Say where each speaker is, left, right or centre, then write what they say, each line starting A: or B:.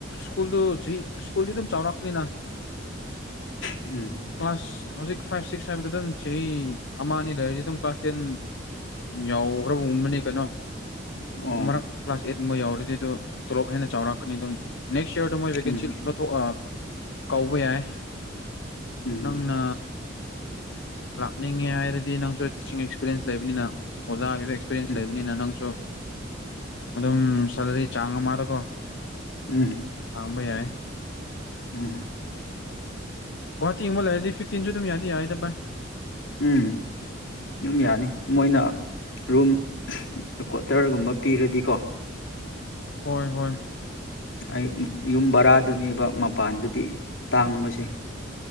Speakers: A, on the left; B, on the left.
A: ꯁ꯭ꯀꯨꯜꯗꯨ ꯍꯧ ꯁ꯭ꯀꯨꯜꯗꯤ ꯑꯗꯨꯝ ꯆꯥꯎꯔꯛꯅꯤꯅ
B: ꯎꯝ
A: ꯀ꯭ꯂꯥꯁ ꯍꯧꯖꯤꯛ ꯐꯥꯏꯚ ꯁꯤꯛꯁ ꯍꯥꯏꯕꯗ ꯑꯗꯨꯝ ꯆꯍꯤ ꯑꯃ ꯑꯅꯤ ꯂꯩꯔꯗꯤ ꯑꯗꯨꯝ ꯀ꯭ꯂꯥꯁ ꯇꯦꯟ ꯌꯥꯎꯈꯔ ꯎꯃꯅꯤ ꯀꯩꯅꯣ
B: ꯑꯣ
A: ꯃꯔꯛ ꯀ꯭ꯂꯥꯁ ꯑꯩꯠꯀꯨꯝꯕ ꯌꯥꯎꯔꯤꯗꯤ ꯑꯗꯨ ꯇꯣꯂꯣꯞ ꯍꯦꯟꯅ ꯆꯥꯎꯔꯛꯀꯅꯤ ꯑꯗꯨꯝ ꯅꯦꯛꯁ ꯌꯔꯗ ꯃꯣꯏ ꯕꯦꯀꯦꯟꯁꯤ
B: ꯎꯝ
A: ꯂꯧꯊꯣꯛ ꯀꯕ ꯌꯥꯏ
B: ꯎꯝ
A: ꯅꯪꯅ ꯂꯥꯛꯅꯤꯡꯉꯦ ꯍꯥꯏꯔꯗꯤ ꯅꯪꯁꯨ ꯇꯤꯆꯤꯡ ꯑꯦꯛꯁꯄꯤꯔꯦꯟꯁ ꯂꯩꯕꯅꯤꯅ ꯑꯣꯖꯥꯒꯤꯁꯨ ꯑꯦꯛꯁꯄꯤꯔꯟꯁ
B: ꯎꯝ
A: ꯂꯩꯕꯅꯤꯅ ꯅꯪꯁꯨ ꯑꯗꯨꯝ ꯁꯦꯂꯔꯤ ꯆꯥꯡ ꯑꯃꯗꯀꯣ
B: ꯎꯝ
A: ꯍꯥꯡꯕꯩ ꯌꯥ
B: ꯎꯝ
A: ꯒꯨꯍꯥꯇꯤꯒꯕ ꯂꯩꯔꯗꯤ ꯐꯤꯐꯇꯤꯟꯁꯨ ꯑꯗꯨꯝ ꯌꯥꯗꯤ ꯌꯥꯏꯗ ꯚꯥꯏ
B: ꯎꯝ ꯑꯗꯨꯝ ꯌꯥꯅꯤ ꯃꯣꯏꯅ ꯔꯨꯝ ꯀ꯭ꯋꯥꯇꯔꯒꯨꯝꯕ ꯄꯤꯔꯗꯤꯀꯣ
A: ꯍꯣꯏ ꯍꯣꯏ
B: ꯑꯩ ꯌꯨꯝ ꯕꯔꯥꯗꯨꯅꯦꯕ ꯃꯄꯥꯟꯗꯨꯗꯤ ꯇꯥꯡꯕꯁꯦ